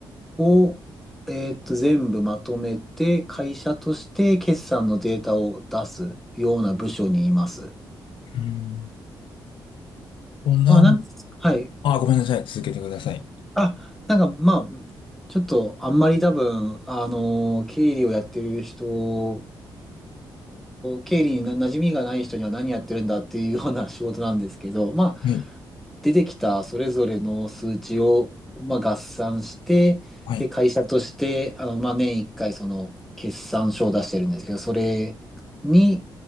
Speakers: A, in the centre; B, on the left.
A: を、えーっと、全部まとめて、会社として決算のデータを出すような部署にいます。
B: うーん。となる。
A: まあ、なん、はい。
B: あ、ごめんなさい。続けてください。
A: あ、なんか、まあ、ちょっと、あんまり多分、あのー経理をやってる人を、経理にな馴染みがない人には何やってるんだっていうような仕事なんですけど、ま
B: はい。
A: 出てきたそれぞれの数値を、まあ、合算して、
B: はい。
A: で、会社として、あの、まあ、年1回その決算書を出してるんですけど、それに